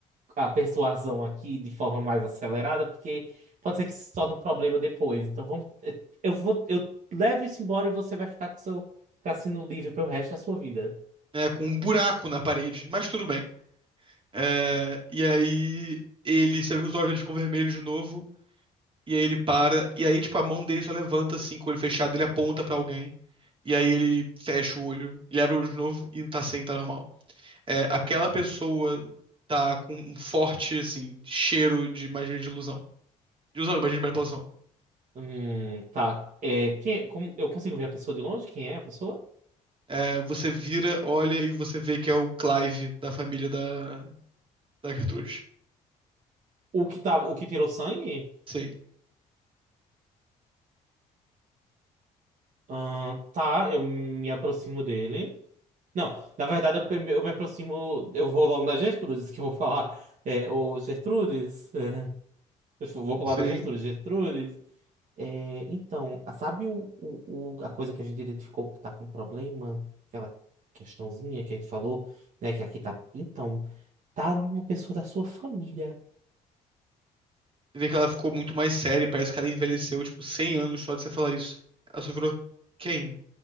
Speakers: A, on the right; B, on the right.
A: a persuasão aqui de forma mais acelerada, porque pode ser que isso se torne um problema depois. Então vamos, eh, eu vou, eu levo isso embora e você vai ficar com seu cassino livre pro resto da sua vida.
B: né? Com um buraco na parede, mas tudo bem. É, e aí ele, você vê que os olhos dele ficam vermelhos de novo, e aí ele para, e aí, tipo, a mão dele só levanta assim, com o olho fechado, ele aponta pra alguém, e aí ele fecha o olho, ele abre o olho de novo e tá sem, tá normal. É,
A: Uhum.
B: aquela pessoa tá com um forte, assim, cheiro de magia de ilusão. De ilusão, magia de manipulação.
A: Hum, tá. É, quem, como, eu consigo ver a pessoa de longe? Quem é a pessoa?
B: É, você vira, olha e você vê que é o Clive da família da, da Gertrude.
A: O que tá, o que tirou sangue?
B: Sim,
A: Ahn, tá, eu me aproximo dele. Não, na verdade eu, pe- eu me aproximo, eu vou logo na Gertrudes que eu vou falar. É, ô Gertrudes, é, eu vou pro lado
B: sim.
A: da Gertrudes, Gertrudes. É, então, a- sabe o, o, o- a coisa que a gente identificou que está com problema? Aquela questãozinha que a gente falou, né? Que aqui tá. Então, tá numa pessoa da sua família,
B: Você vê que ela ficou muito mais séria, parece que ela envelheceu, tipo, 100 anos só de você falar isso. Ela só virou quem?